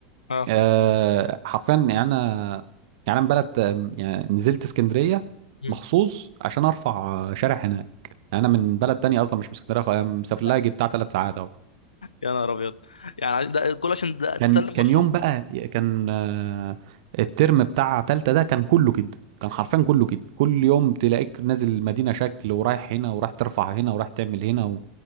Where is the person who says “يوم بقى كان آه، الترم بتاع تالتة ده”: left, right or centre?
Right